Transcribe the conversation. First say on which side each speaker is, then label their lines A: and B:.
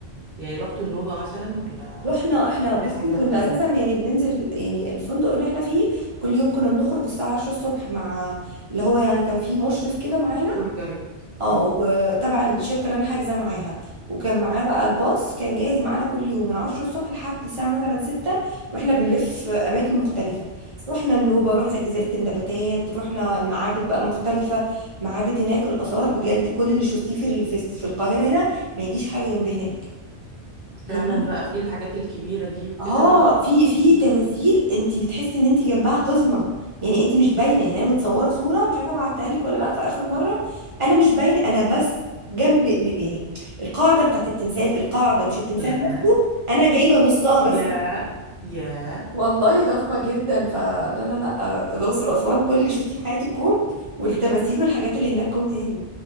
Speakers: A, on the right (about 55°); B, on the right (about 30°).
A: يعني رحت النوبه مثلا ولا
B: رحنا احنا
A: دي
B: بصي
A: حاجه
B: كنا
A: تانية
B: اساسا يعني بننزل يعني الفندق اللي احنا فيه كل يوم كنا بنخرج الساعه 10 الصبح مع اللي هو يعني كان فيه مشرف كده معانا
A: تور جايد
B: اه
A: امم
B: وتبع الشركة اللي انا حاجزة معاها وكان معاه بقى الباص كان جاهز معانا كل يوم من عشرة الصبح لحد الساعة مثلا ستة واحنا بنلف أماكن مختلفة رحنا النوبة رحنا جزيرة النباتات رحنا المعابد بقى مختلفة معابد هناك الآثار بجد كل اللي شفتيه في ال- في في القاهرة هنا ما يجيش حاجة جنب هناك
A: فعلا
B: هناك
A: بقى في الحاجات الكبيره دي وكده
B: اه
A: الاثار
B: في
A: الكبيره
B: في تماثيل انت بتحسي ان انت جنبها قزمه يعني انت مش باينه يعني انا متصوره صوره مش عارفه ابعتها لك ولا لا في اخر مره انا مش باينه انا بس جنب يعني القاعده بتاعت التمثال القاعده مش التمثال
A: ياه
B: نفسه انا جايبه نصها بس
A: ياه ياه
B: والله ضخمه جدا فلا لا لا الاقصر واسوان كل اللي شفتيه في حياتك كوم والتماثيل والحاجات اللي هناك كوم تاني